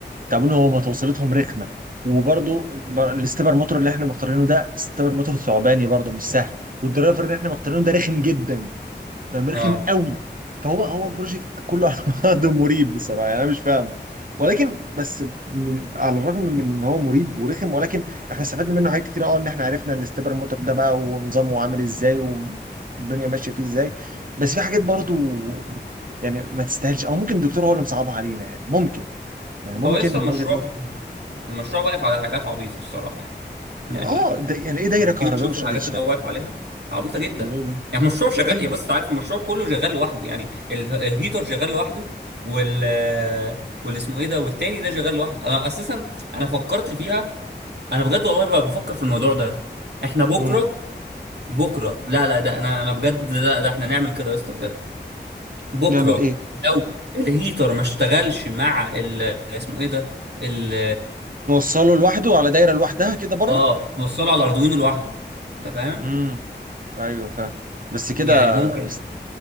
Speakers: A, on the right; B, on the right.
A: تعبوني هما توصيلتهم رخمه وبرضه بر- الاستبر موتور اللي احنا مختارينه ده استبر موتور ثعباني برضه مش سهل والدرايفر اللي احنا مختارينه ده رخم جدا فرخم
B: اه
A: قوي فهو هو بروجكت كله على بعضه <laughs> مريب بصراحه يعني انا مش فاهمه ولكن بس من على الرغم من ان هو مريب ورخم ولكن احنا استفدنا منه حاجات كتير اه ان احنا عرفنا الاستبر موتور ده بقى ونظامه عامل ازاي والدنيا ماشيه فيه ازاي بس في حاجات برضو يعني ما تستاهلش او ممكن الدكتور هو اللي مصعبها علينا يعني ممكن يعني ممكن
B: هو لسه
A: من
B: المشروع
A: وجهه نظر
B: المشروع واقف على حاجات عبيطه الصراحه يعني يعني
A: اه ده يعني ايه دايره
B: لما
A: كهربائيه
B: تيجي تشوف
A: مش
B: الحاجات
A: قادره تشتغل
B: اللي هو واقف عليها عبيطه جدا
A: يعني ايه ده؟
B: يعني المشروع شغال
A: أيوة.
B: يا بص انت عارف المشروع كله شغال لوحده يعني ال- الهيتر شغال لوحده وال واللي اسمه ايه ده والتاني ده شغال لوحده انا اساسا انا فكرت فيها انا بجد والله بقى بفكر في الموضوع ده احنا بكره
A: مم.
B: بكره لا لا ده انا انا بجد لا ده احنا نعمل كده يا اسطى بجد بكره
A: نعمل ايه؟
B: لو الهيتر ما اشتغلش مع ال اسمه ايه ده ال
A: نوصله لوحده على دايره لوحدها كده بره
B: اه موصله على الاردوينو لوحده انت فاهم
A: امم ايوه فاهم بس كده
B: يعني ممكن
A: است-